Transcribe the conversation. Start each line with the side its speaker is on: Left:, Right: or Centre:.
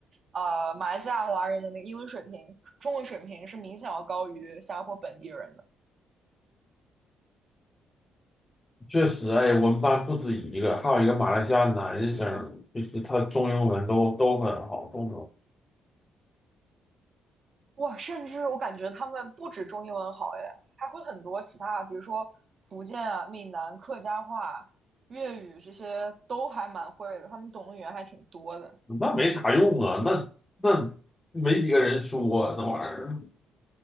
Right: 呃，马来西亚华人的那个英文水平、中文水平是明显要高于新加坡本地人的。
Left: 确实，哎，我们班不止一个，还有一个马来西亚男生，就是他中英文都都很好，都
Right: 哇，甚至我感觉他们不止中英文好，哎，还会很多其他，比如说福建啊、闽南、客家话、粤语这些都还蛮会的，他们懂的语言还挺多的。
Left: 能。那没啥用啊，那那没几个人说啊那玩意儿。